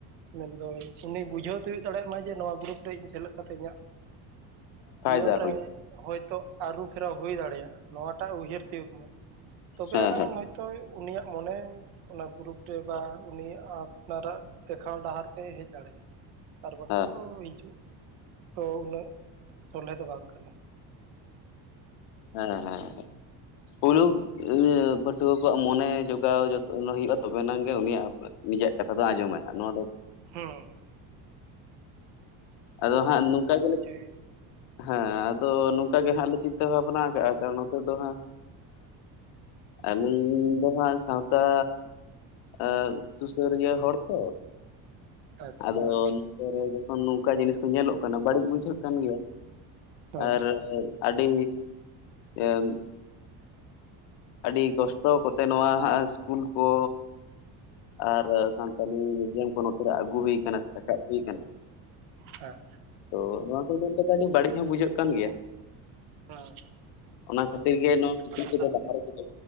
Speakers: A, on the right; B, on the left.
A: ᱢᱮᱱᱫᱚ ᱩᱱᱤ ᱵᱩᱡᱷᱟᱹᱣ ᱛᱮᱳ ᱫᱟᱲᱮᱭᱟᱜ ᱢᱟ ᱡᱮ ᱱᱚᱣᱟ ᱜᱨᱩᱯ ᱨᱮ ᱤᱧ ᱥᱮᱞᱮᱫ ᱠᱟᱛᱮᱫ ᱤᱧᱟᱹᱜ
B: ᱯᱷᱟᱭᱫᱟ
A: ᱡᱤᱭᱚᱱ ᱨᱮ
B: ᱦᱩᱭ
A: ᱦᱚᱭᱛᱳ ᱟᱹᱨᱩ ᱯᱷᱮᱨᱟᱣ ᱦᱩᱭ ᱫᱟᱲᱮᱭᱟᱜᱼᱟ᱾ ᱱᱚᱣᱟᱴᱟᱜ ᱩᱭᱦᱟᱹᱨ ᱛᱤᱭᱳᱜ ᱢᱮ᱾ ᱛᱚᱵᱮ
B: ᱦᱮᱸ
A: ᱟᱱᱟᱝ ᱦᱚᱳᱭᱛᱳ ᱩᱱᱤᱭᱟᱜ ᱢᱚᱱᱮ ᱚᱱᱟ ᱜᱨᱩᱯ ᱨᱮ ᱵᱟ ᱩᱱᱤᱭᱟᱜ ᱟᱨᱟᱜ ᱫᱮᱠᱷᱟᱣ ᱰᱟᱦᱟᱨ ᱛᱮᱭ ᱦᱮᱡ ᱫᱟᱲᱮᱭᱟᱜᱼᱟ ᱟᱨ
B: ᱦᱮᱸ
A: ᱵᱟᱝᱠᱷᱟᱱ ᱫᱚ ᱦᱤᱡᱩᱜ ᱛᱚ ᱩᱱᱟᱹᱜ ᱥᱚᱞᱦᱮ ᱫᱚ ᱵᱟᱝ ᱠᱟᱱᱟ᱾
B: ᱦᱮᱸ ᱦᱮᱸ ᱯᱩᱭᱞᱩ ᱤᱭᱟᱹ ᱯᱟᱹᱴᱷᱣᱟᱹ ᱠᱚᱣᱟᱜ ᱢᱚᱱᱮ ᱡᱚᱜᱟᱣ ᱡᱚᱛᱚᱱ ᱦᱩᱭᱩᱜᱭᱼᱟ ᱛᱚᱵᱮᱱᱟᱝ ᱜᱮ ᱩᱱᱤᱭᱟᱜ ᱤᱟᱹᱜ ᱠᱟᱛᱷᱟ ᱫᱚ ᱟᱸᱡᱚᱢᱟᱭ ᱱᱚᱣᱟ ᱫᱚ
A: ᱦᱮᱸ
B: ᱟᱫᱚ ᱦᱟᱸᱜ ᱱᱚᱝᱠᱟ ᱜᱮᱞᱮ
A: ᱦᱩᱭᱩᱜᱼᱟ
B: ᱦᱮᱸ ᱟᱫᱚ ᱚᱱᱠᱟᱟᱜ ᱜᱮ ᱦᱟᱸᱜ ᱞᱮ ᱪᱤᱱᱛᱟᱹ ᱵᱷᱟᱵᱱᱟ ᱠᱟᱜᱼᱟ ᱠᱟᱨᱚᱱ ᱱᱚᱛᱮ ᱫᱚ ᱦᱟᱸᱜ ᱟᱹᱞᱤᱧ ᱫᱚ ᱦᱟᱸᱜ ᱥᱟᱶᱛᱟ ᱟ ᱥᱩᱥᱟᱹᱨᱤᱭᱟᱹ ᱦᱚᱲ ᱛᱚ
A: ᱟᱪᱪᱷᱟ
B: ᱟᱫᱚ
A: ᱦᱮᱸ
B: ᱱᱚᱛᱮ ᱨᱮ ᱡᱚᱠᱷᱚᱱ ᱱᱚᱝᱠᱟ ᱡᱤᱱᱤᱥ ᱠᱚ ᱧᱮᱞᱚᱜ ᱠᱟᱱᱟ ᱵᱟᱹᱲᱤᱡ ᱵᱩᱡᱷᱟᱹᱜ ᱠᱟᱱ ᱜᱮᱭᱟ᱾
A: ᱦᱮᱸ
B: ᱟᱨ ᱟᱹᱰᱤ ᱮᱱ ᱟᱹᱰᱤ ᱠᱚᱥᱴᱚ ᱠᱚᱛᱮ ᱱᱚᱣᱟ ᱦᱟᱸ ᱥᱤᱥᱠᱩᱞ ᱠᱚ ᱟᱨ ᱥᱟᱱᱛᱟᱞᱤ ᱢᱤᱰᱤᱭᱟᱢ ᱠᱚ ᱱᱚᱛᱮᱨᱮ ᱟᱹᱜᱩ ᱦᱩᱭ ᱠᱟᱱᱟ ᱥᱮ ᱨᱟᱠᱟᱵ ᱦᱩᱭ ᱠᱟᱱᱟ᱾
A: ᱦᱮᱸ
B: ᱛᱚ ᱱᱚᱣᱟ ᱟᱹᱰᱤ ᱵᱟᱹᱲᱤᱡ ᱦᱚᱸ ᱵᱩᱡᱷᱟᱹᱜ ᱠᱟᱱ ᱜᱮᱭᱟ
A: ᱦᱮᱸ ᱦᱮᱸ
B: ᱚᱱᱟ ᱠᱷᱟᱹᱛᱤᱨ
A: ᱵᱩᱡᱩᱜᱚᱜ
B: ᱜᱮ
A: ᱨᱮᱱᱟᱜ
B: ᱱᱚᱣᱟ ᱠᱩᱞᱤ
A: ᱠᱟᱛᱷᱟ
B: ᱠᱚᱫᱚ
A: ᱠᱟᱱ
B: ᱞᱟᱦᱟ
A: ᱜᱮᱭᱟ
B: ᱨᱮᱠᱚ